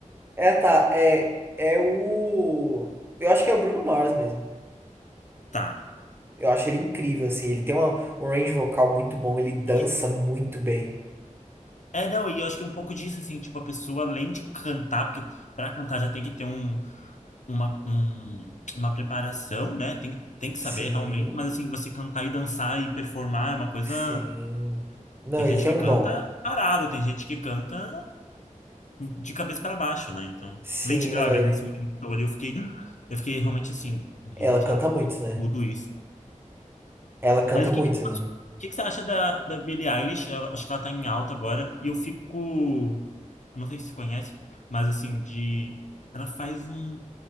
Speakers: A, on the right (about 15°); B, on the left (about 65°).
A: É, tá. É, é o. Eu acho que é o Bruno Mars mesmo.
B: Tá.
A: Eu acho ele incrível, assim. Ele tem uma- um range vocal muito bom, ele dança
B: E que-
A: muito bem.
B: É, não, e eu acho que é um pouco disso, assim, tipo, a pessoa, além de cantar, porque pra cantar já tem que ter um, uma, um- uma preparação, né? Tem, que- tem que saber
A: Sim,
B: realmente, mas assim, você cantar e dançar e performar é uma coisa.
A: sim. Não,
B: Tem
A: ele
B: gente
A: tem
B: que
A: um
B: canta
A: dom.
B: parado, tem gente que canta de cabeça para baixo, né? Então,
A: Sim,
B: Lady Gaga,
A: não, ele.
B: nesse último show ali, eu fiquei, eu fiquei realmente assim, gente,
A: Ela canta
B: ela faz
A: muito, né?
B: tudo isso.
A: Ela canta
B: Mas o
A: muito,
B: que, que, o
A: né?
B: que que você acha da, da Billie Eilish? Ela- acho que ela tá em alta agora. E eu fico. Não sei se você conhece, mas assim, de. Ela faz um,